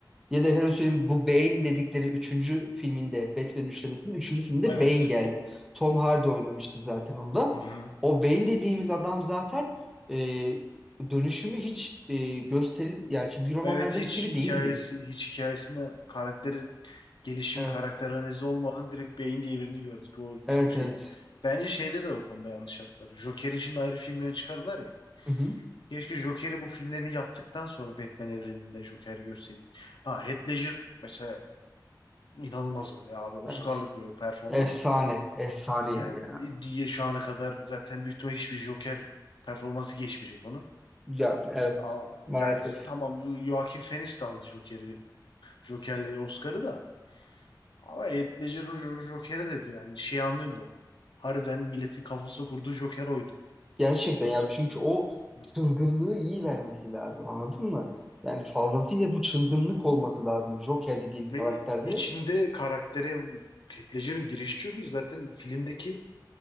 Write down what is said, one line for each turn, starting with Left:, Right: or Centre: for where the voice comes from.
Centre: Ya da efendim söyleyeyim bu Bane dedikleri üçüncü filminde Batman üçlemesinin üçüncü filminde
Left: Evet.
Centre: Bane geldi. Tom Hardy oynamıştı zaten onda.
Left: Hı hı.
Centre: O Bane dediğimiz adam zaten e, dönüşümü hiç e, gösteril yani çizgi romanlardaki
Left: Evet hiç
Centre: gibi
Left: hikayesi
Centre: değildi.
Left: hiç hikayesinde karakterin gelişimi
Centre: Evet,
Left: karakter analizi olmadan direkt beyin diye birini gördük. O
Centre: evet,
Left: çok şeydi.
Centre: evet.
Left: Bence şeyde de o konuda yanlış yaptılar. Joker'in şimdi ayrı filmlerini çıkardılar ya.
Centre: Hı hı,
Left: Keşke Joker'i bu filmlerini yaptıktan sonra Batman evreninde Joker görseydik. Ha Heath Ledger mesela inanılmaz oynadı abi. Oscar'lık
Centre: evet.
Left: bir performans.
Centre: Efsane, efsaneydi
Left: Yani
Centre: ya.
Left: diye şu ana kadar zaten büyük ihtimalle hiçbir Joker performansı geçmeyecek onu.
Centre: Yani evet,
Left: Ama
Centre: maalesef.
Left: yani tamam Joaquin Phoenix de aldı Joker'i Joker'le Oscar'ı da. Ama Heath Ledger'ın Jo- Joker'i dedi yani şey anlıyorsun o. Harbiden milletin kafasına kurduğu Joker oydu.
Centre: Gerçekten ya çünkü o
Left: Hı
Centre: çılgınlığı iyi vermesi lazım anladın mı? Yani fazlasıyla bu çılgınlık
Left: hı.
Centre: olması lazım Joker dediğin
Left: Ve
Centre: karakterde.
Left: içinde karaktere bu Heath Ledger'ın girişi çok iyi. Zaten filmdeki